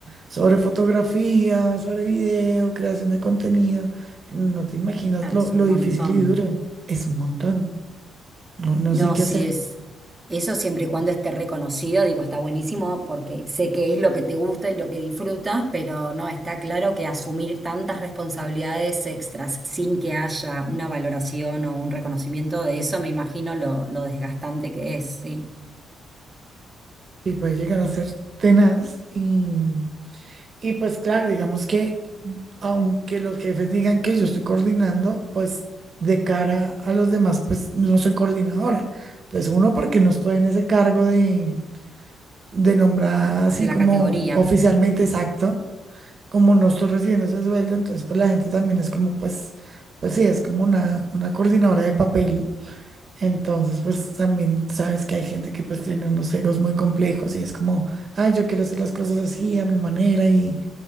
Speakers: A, on the right; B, on the right.
A: sobre fotografía, sobre video, creación de contenido. No te imaginas
B: Claro,
A: lo,
B: es
A: lo
B: un
A: difícil
B: montón.
A: y duro, es un montón, no, no
B: No,
A: sé qué
B: sí
A: hacer
B: es. Eso siempre y cuando esté reconocido, digo, está buenísimo porque sé que es lo que te gusta y lo que disfrutas, pero no, está claro que asumir tantas responsabilidades extras sin que haya una valoración o un reconocimiento de eso, me imagino lo, lo desgastante que es, sí,
A: y puede llegar a ser tenaz y... Y pues claro, digamos que aunque los jefes digan que yo estoy coordinando, pues de cara a los demás, pues no soy coordinadora. Pues uno, porque no estoy en ese cargo de, de nombrar así
B: de la
A: como
B: categoría.
A: oficialmente exacto, como no estoy recibiendo ese sueldo, entonces pues la gente también es como, pues, pues sí, es como una, una coordinadora de papel. Entonces pues también sabes que hay gente que pues tiene unos egos muy complejos y es como, ay, yo quiero hacer las cosas así, a mi manera y